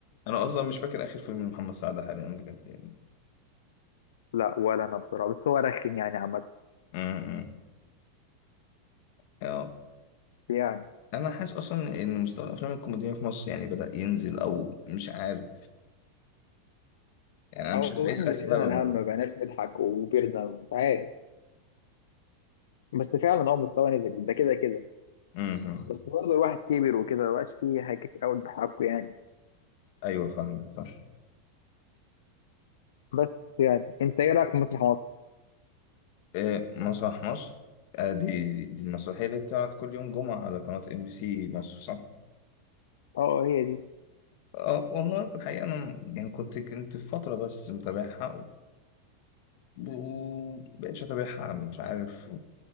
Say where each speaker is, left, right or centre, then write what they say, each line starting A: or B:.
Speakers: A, on the left; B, on the left.
A: انا اصلا مش فاكر اخر فيلم لمحمد سعد حاليا بجد يعني
B: لا ولا انا بصراحه بس هو رخم يعني عامه
A: امم. اه
B: يعني
A: انا حاسس اصلا ان مستوى الافلام الكوميديه في مصر يعني بدا ينزل او مش عارف يعني انا
B: او
A: مش عارف ايه
B: احنا
A: الاسباب
B: اللي شلنا الهم ما بقيناش نضحك وكبرنا ومش عارف بس فعلا هو مستوى نزل ده كده كده
A: امم
B: بس برضه الواحد كبر وكده مبقاش فيه حاجات كتير قوي بحقه يعني
A: ايوه فاهمك فاهم
B: بس يعني انت ايه رايك في مسرح مصر؟
A: إيه مسرح مصر آه دي دي المسرحيه اللي بتعرض كل يوم جمعه على قناه ام بي سي مصر صح
B: اه هي دي
A: اه والله في الحقيقه انا يعني كنت كنت في فتره بس متابعها ومبقتش اتابعها مش عارف